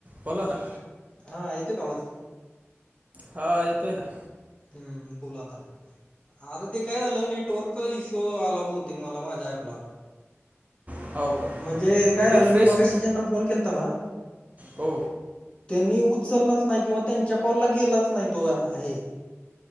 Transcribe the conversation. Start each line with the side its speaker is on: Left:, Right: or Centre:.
Right: बोला ना.
Left: हा येतोय का आवाज?
Right: हा येतोय ना.
Left: हम्म बोला आता. अरे ते काय झालं नेटवर्कचा इश्यू आला बहुतेक मला माझ्या ॲपला.
Right: हो. का
Left: म्हणजे काय
Right: रिफ्रेश
Left: झालं मी मगाशी ज्यांना फोन केलताना
Right: हो
Left: त्यांनी उचललाच नाही किंवा त्यांच्या कॉलला गेलाच नाही तो ऍ हे.